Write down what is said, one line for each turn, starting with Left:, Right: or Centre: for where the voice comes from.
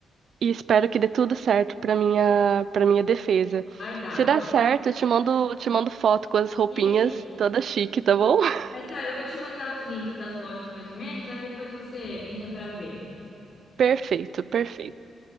Right: e espero que dê tudo certo para minha para minha defesa.
Left: vai dar.
Right: Se
Left: Qualquer...
Right: dar certo, eu te mando te mando foto com as roupinhas
Left: Isso.
Right: toda chique, tá bom? <laughs>
Left: Mas tá, eu vou te mandar os links das lojas mais ou menos, aí depois você entra para ver.
Right: Perfeito, perfeito.